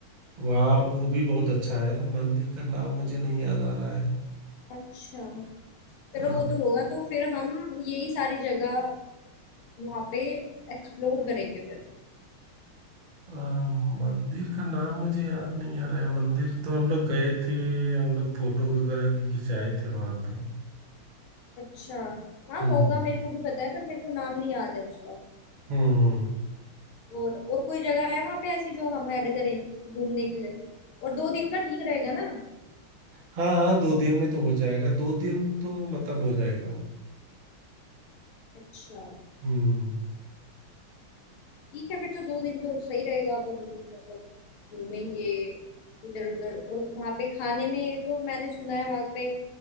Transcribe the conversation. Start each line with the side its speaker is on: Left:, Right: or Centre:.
Right: वहाँ वो भी बहुत अच्छा है मंदिर का नाम मुझे नहीं याद आ रहा है
Left: अच्छा चलो
Right: अ,
Left: वो तो होगा तो फिर हम यही सारी जगह वहां पे एक्सप्लोर करेंगे फिर
Right: अ, मंदिर का नाम मुझे याद नहीं आ रहा है मंदिर तो हम लोग गए थे हम लोग फोटो वगैरह भी खिंचाए थे वहां पे
Left: अच्छा हाँ
Right: हम्म
Left: होगा मेरे को भी पता है पर मेरे को नाम नहीं याद है उसका
Right: हम्म
Left: और और कोई जगह है वहां पे ऐसी जो हम ऐड करें घूमने के लिए और दो दिन का ठीक रहेगा ना
Right: हाँ हाँ दो दिन में तो हो जाएगा दो दिन तो मतलब हो जाएगा
Left: अच्छा
Right: हम्म
Left: ठीक है फिर तो दो दिन तो सही रहेगा अपन मतलब घूमेंगे इधर उधर और वहाँ पे खाने में तो मैंने सुना है वहाँ पे